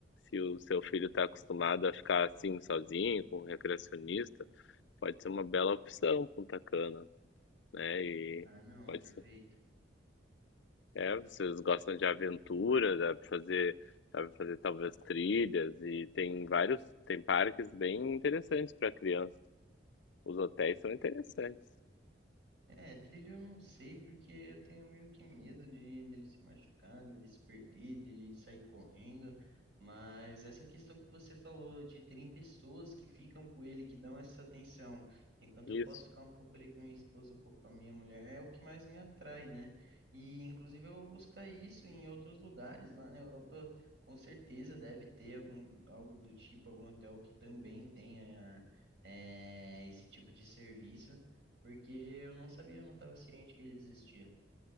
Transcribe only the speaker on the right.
Ah, não,
perfeito.
É, trilho eu não sei porque eu tenho meio que medo de dele se machucar, dele se perder, dele sair correndo. Mas essa questão que você falou de terem pessoas que ficam com ele, que dão essa atenção, enquanto
eu posso ficar um pouco ali com minha esposa, um pouco com a minha mulher, é o que mais me atrai, né? E inclusive eu vou buscar isso em outros lugares lá na Europa, com certeza deve ter algum algo do tipo, algum hotel que também tenha eh, esse tipo de serviço. Porque eu não sabia, eu não estava ciente que ele existia.